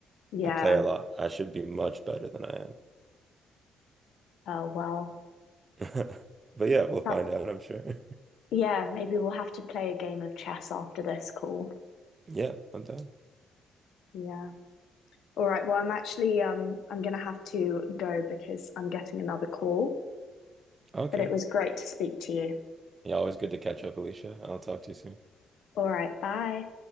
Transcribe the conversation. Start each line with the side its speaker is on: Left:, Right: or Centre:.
Left: Yeah,
Right: I play a lot. I should be much better than I am.
Left: oh well.
Right: <laughs> But yeah, we'll
Left: But
Right: find out, I'm sure. <laughs>
Left: yeah, maybe we'll have to play a game of chess after this call.
Right: Yeah, I'm done.
Left: Yeah. All right, well, I'm actually um I'm gonna have to go because I'm getting another call,
Right: Okay.
Left: but it was great to speak to you.
Right: Yeah, always good to catch up, Alicia. I'll talk to you soon.
Left: All right, bye.